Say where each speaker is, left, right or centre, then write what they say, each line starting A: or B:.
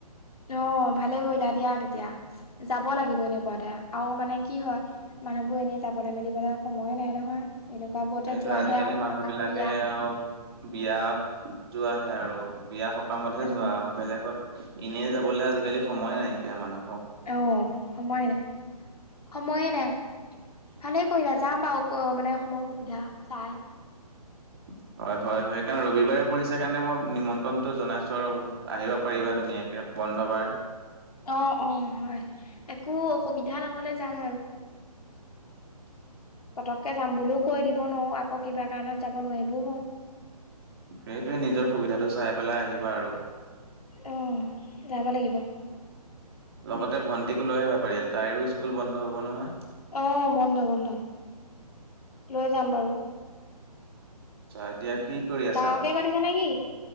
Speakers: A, on the left (about 65°); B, on the right (about 40°).
A: অ, ভালেই কৰিলা দিয়া তেতিয়া। যাব লাগিব এনেকুৱাতে আৰু মানে কি হয় মানুহবোৰ এনেই যাবলৈ মেলিবলৈ সময়ে নাই নহয়। এনেকুৱাবোৰতে
B: এইটোৱে
A: যোৱাহে
B: আজিকালি
A: আৰু
B: মানুহ
A: সকাম
B: বিলাকে
A: বিয়া
B: অ বিয়াত যোৱা সেয়া আৰু বিয়া সকামতহে
A: অ',
B: যোৱা আৰু বেলেগত এনেই যাবলৈ আজিকালি সময়ে নাইকিয়া মানুহে
A: অ সময়ে নাই, সময়ে নাই ভালেই কৰিলা যাম বাও। অ মানে সময় সুবিধা চাই।
B: <inaudible> হয় হয় সেইকাৰণে ৰবিবাৰে পৰিছে কাৰণে মই নিমন্ত্ৰণটো জনাইছো আৰু, আহিবা পাৰিবা ধুনীয়াকে। বন্ধ বাৰ।
A: অ অ হয় একো অসুবিধা নহলে যাম আৰু।
B: <inaudible>
A: পতককে যাম বুলিও কৈ দিব নোৱাৰো। আকৌ কিবা কাৰণত যাব নোৱাৰিবও পাওঁ।
B: সেইটোৱে নিজৰ সুবিধাটো চাই পেলাই আহিবা আৰু।
A: অ যাব লাগিব।
B: লগতে ভণ্টিকো লৈ আহিবা পাৰিলে তাইৰো স্কুল বন্ধ হ'ব নহয়।
A: অ', বন্ধ বন্ধ লৈ যাম বাৰু।
B: আ এতিয়া কি কৰি আছা?
A: ডাঙৰকে পাতিছা নেকি?